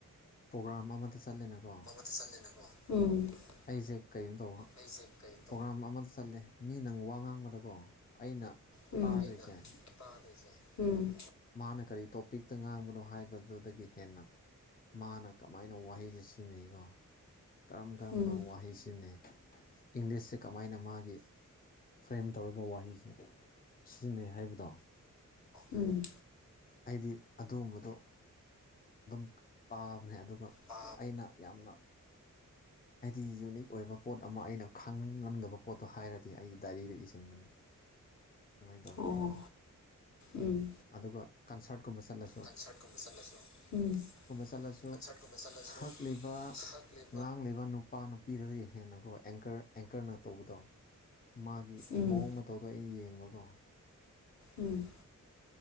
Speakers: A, on the left; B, on the left.
A: ꯄ꯭ꯔꯣꯒ꯭ꯔꯥꯝ ꯑꯃꯗ ꯆꯠꯂꯦꯅꯀꯣ
B: ꯆꯠꯂꯦꯅꯀꯣ ꯎꯝ
A: ꯑꯩꯖꯦ ꯀꯩꯅꯣ ꯇꯧꯕ
B: <unintelligible>
A: ꯄ꯭ꯔꯣꯒ꯭ꯔꯥꯝ ꯑꯃꯗ ꯆꯠꯂꯦ ꯃꯤꯅꯪ ꯋꯥ ꯉꯥꯡꯕꯗꯀꯣ ꯑꯩꯅ
B: ꯎꯝ
A: ꯇꯥꯗꯣꯏꯁꯦ
B: ꯑꯩꯅ <unintelligible> ꯎꯝ
A: ꯃꯥꯅ ꯀꯔꯤ ꯇꯣꯄꯤꯛꯇ ꯉꯥꯡꯕꯅꯣ ꯍꯥꯏꯕꯗꯨꯗꯒꯤ ꯍꯦꯟꯅ ꯃꯥꯅ ꯀꯃꯥꯏꯅ ꯋꯥꯍꯩꯖꯦ ꯁꯤꯖꯤꯟꯅꯩꯒꯣ ꯀꯔꯝ ꯀꯔꯝꯕ
B: ꯎꯝ
A: ꯋꯥꯍꯩ ꯁꯤꯖꯤꯟꯅꯩ ꯏꯪꯂꯤꯁꯁꯦ ꯀꯃꯥꯏꯅ ꯃꯥꯒꯤ ꯐ꯭ꯔꯦꯝ ꯇꯧꯔꯒ ꯋꯥꯍꯩꯁꯦ ꯁꯤꯖꯤꯟꯅꯩ ꯍꯥꯏꯕꯗꯣ
B: ꯎꯝ
A: ꯑꯩꯗꯤ ꯑꯗꯨꯒꯨꯝꯕꯗꯣ ꯑꯗꯨꯝ ꯇꯥꯕꯅꯦ ꯑꯗꯨꯒ
B: ꯄꯥ
A: ꯑꯩꯅ ꯌꯥꯝꯅ ꯍꯥꯏꯗꯤ ꯌꯨꯅꯤꯛ ꯑꯣꯏꯕ ꯄꯣꯠ ꯑꯃ ꯑꯩꯅ ꯈꯪ ꯉꯝꯗꯕ ꯄꯣꯠꯇꯣ ꯍꯥꯏꯔꯗꯤ ꯑꯩ ꯗꯥꯏꯔꯤꯗ ꯏꯁꯟꯕꯅꯦ ꯗꯨꯃꯥꯏꯟ ꯇꯧꯕꯅꯦ
B: ꯑꯣ
A: ꯑꯩꯗꯣ
B: ꯎꯝ
A: ꯑꯗꯨꯒ ꯀꯟꯁ꯭ꯔꯠ ꯀꯨꯝꯕ ꯆꯠꯂ
B: ꯀꯟꯁ꯭ꯔꯠ ꯀꯨꯝꯕ ꯆꯠꯂꯁꯨ ꯎꯝ
A: ꯆꯠꯂꯁꯨ
B: ꯀꯟꯁ꯭ꯔꯠ ꯀꯨꯝꯕ ꯆꯠꯂꯁꯨ
A: ꯁꯛꯂꯤꯕ
B: ꯁꯛꯂꯤ
A: ꯉꯥꯡꯂꯤꯕ ꯅꯨꯄꯥ ꯅꯨꯄꯤꯗꯒꯤ ꯍꯦꯟꯅꯀꯣ ꯑꯦꯡꯀ꯭ꯔ ꯑꯦꯡꯀ꯭ꯔꯅ ꯇꯧꯕꯗꯣ ꯃꯥꯒꯤ
B: ꯎꯝ
A: ꯃꯑꯣꯡ ꯃꯇꯧꯗꯣ ꯑꯩ ꯌꯦꯡꯕꯀꯣ
B: ꯎꯝ